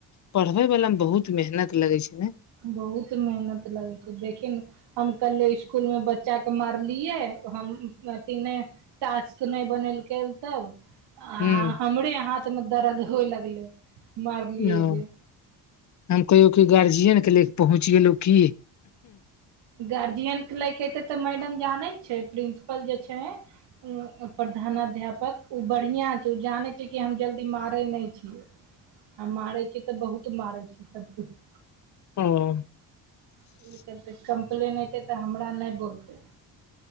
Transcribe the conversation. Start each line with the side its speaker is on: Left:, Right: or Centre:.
Left: पढ़बे वाला मे बहुत मेहनत लगे छै ने
Right: बहुत मेहनत लगैत छै देखि ने हम कले स्कूल मे बच्चा के मारलियै हम अथी नहि टास्क नहि बनेलकै तब आ
Left: हूँ
Right: हमरे हाथ मे दर्द होए लगलै मारलियए
Left: ओ
Right: जे
Left: हम कहियौ कि गार्जियन के ले पहुँच गेलहु की
Right: गार्जियनके लैके एतै तऽ मैडम जानै छै प्रिंसिपल जे छै उ प्रधानाध्यापक ओ बढ़िया छै ओ जानैत जे कि हम जल्दी मारै नहि छी हम मारै छी तऽ बहुत मारै छै सबकुछ
Left: ह <inaudible>
Right: आ ओई चलतै कम्प्लेन अयतै तऽ हमरा नहि बोलतै